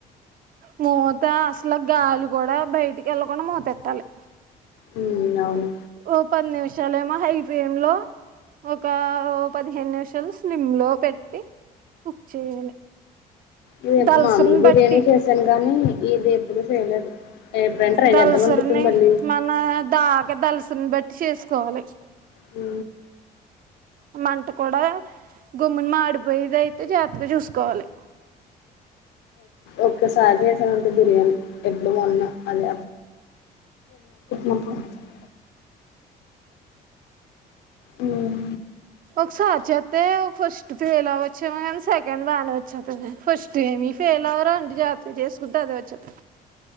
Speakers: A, on the right (about 55°); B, on the left (about 80°).
A: మూత అసలు గాలి కూడ బయటికి వెళ్ళకుండా మూతెట్టాలి
B: ఉ అవును
A: ఓ పది నిమిషాలుఎమో హై ఫ్లేమ్ లో ఒక పదిహేను నిమిషాలు సిమ్ లో పెట్టి కుక్ చేయాలి
B: ఇది
A: దలసరిని
B: మామీ బిర్యానీ
A: బట్టి
B: చేశాను గానీ ఇది ఎప్పుడు చేయలేదు ఎప్పుడైనా ట్రై
A: దలసరిని
B: చేద్దాం అనిపిస్తుంది మళ్ళీ
A: మన దాగ దలసరిని బట్టి చేసుకోవాలి
B: హు
A: మంట కూడా గుమ్ముని మాడిపోయిది అయితే జాత్తగ చూసుకోవాలి
B: ఒక్కసారి చేసానంటే బిర్యానీ ఎప్పుడు మొన్న అదే <unintelligible> ఉమ్
A: ఒకసారి చేస్తే ఫస్ట్ ఫెయిల్ అవ్వచ్చు కాని సెకండ్ <unintelligible> వచ్చ ఫస్ట్ ఏమి ఫెయిల్ అవరు అంటే జాగ్రత్తగా చేసుకుంటే అదే వచ్చేస్తది